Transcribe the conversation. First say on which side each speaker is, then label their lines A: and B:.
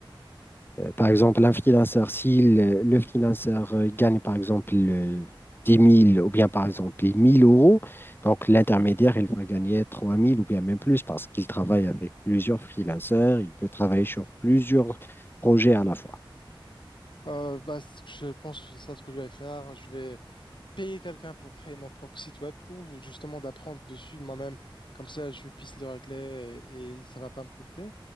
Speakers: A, on the left; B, on the left.
A: Euh, Par exemple, un freelanceur, si le, le freelanceur euh, gagne par exemple euh, 10 000 ou bien par exemple 1000 euros, donc l'intermédiaire,
B: Mhm.
A: il va gagner trois mille ou bien même plus parce qu'il travaille avec plusieurs freelanceurs, il peut travailler sur plusieurs projets à la fois.
B: Euh, bah, ce que je pense que c'est ça ce que je vais faire. Je vais payer quelqu'un pour créer mon propre site web ou justement d'apprendre dessus moi-même. Comme ça, je puisse le régler et, et ça va pas me coûter.